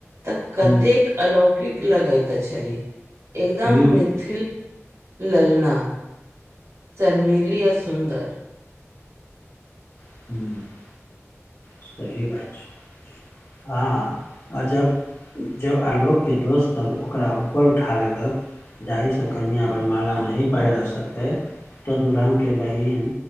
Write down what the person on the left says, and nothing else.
हूँ
हूँ
<inaudible> सही बात छै, अहा हा अजब जब आलोक के दोस्त सब ओकरा ऊपर उठा लेलक जाहि सँ कनिया वरमाला नहि पहिरा सकतै तऽ दुल्हन के बहिन